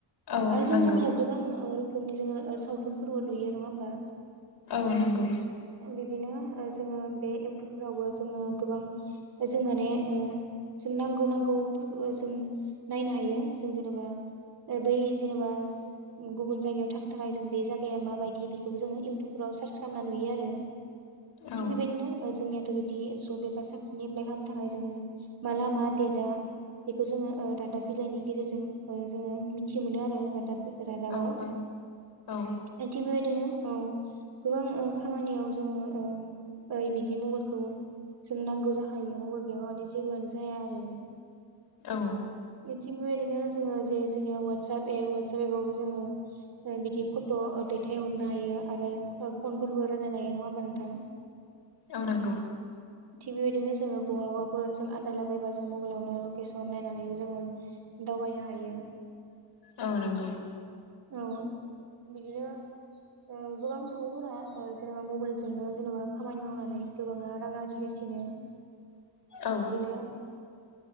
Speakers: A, on the left (about 70°); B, on the right (about 60°).
A: औ
B: आरो जों
A: नंगौ
B: मबाइलाव गोबां ओ रोखोमनि जोङो ओ सावथुनफोरबो नुयो नङा होमबा?
A: औ नंगौ।
B: बिब्दिनो ओ जोङो बे इउटुबफोरावबो जोङो गोबां जों माने ओ जों नांगौ नांगौफोरखौबो जों नायनो हायो जों जेनेबा ओ बै जेन'बा गुबुन जायगायाव थांनो थाखाय जों बे जागाया माबायदि बे खौबो जों इउटुबफोराव सार्स खालामना नुयो आरो
A: औ
B: थिक बेबायदिनो ओ जोंनि थ' बिब्दि जब एबा साख्रिनि एप्लाइ खालामनो थाखाय जोङो माला मा देइटआ बेखौ जोङो ओ दादाब बिलाइनि गेजेरजों ओ जोङो मिथि मोनो आरो रादाब रादाबाव
A: औ
B: ओ
A: औ औ
B: थिक बेबायदिनो ओ गोबां ओ खामानियाव जोङो ओ-ओ बिदि मबाइलखौ जों नांगौ जाखायो मबाइल गैयाब्ला माने जेबोआनो जाया आरो।
A: औ।
B: ओ थिक बेबायदिनो जोङो जे जोंनिया वाट्सप एप वाट्सएप एप आवबो जोङो‌ ओ बिदि फट' ओ दैथाय हरनो हायो। आरो ओ फनफोरबो रायलायनो हायो नङा होनबा नोंथां।
A: ओ नोंगौ।
B: थिग बेबायदिनो जोङो बहाबाफोर जों आनन्दायलाबायबा जों मबाइलावनो लकेसन नायनानैबो जोङो दावबायनो हायो।
A: औ नोंगौ।
B: औ बिदिनो ओ गोबां सुबुंफोरा ओ जेनेबा मबाइलजोंनो जेनेबा खामानि मावनानै गोबाङा रां आरजि गासिनो
A: औ
B: बिदिनो